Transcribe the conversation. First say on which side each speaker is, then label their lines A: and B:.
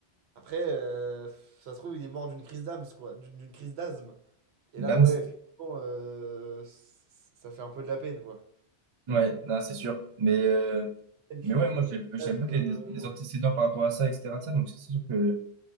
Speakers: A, on the right; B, on the right.
A: Après, euh, ça se trouve, il est mort d'une crise d'âme, quoi. D'une d'une crise d'asthme. Et
B: Dams,
A: là, ouais, effectivement, euh, c- c- ça fait un peu de la peine, quoi.
B: ouais, non, c'est sûr, mais, euh,
A: Une
B: mais
A: crise,
B: ouais, moi,
A: une
B: j'aime
A: crise
B: j'aime
A: d'asthme.
B: pas que
A: euh.
B: les, les antécédents par rapport à ça, etc., de ça, donc c'est sûr que